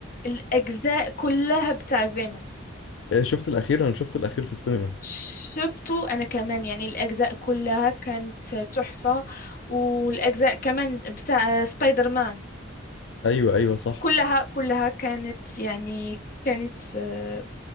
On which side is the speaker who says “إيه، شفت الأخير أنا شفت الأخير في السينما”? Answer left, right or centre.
Left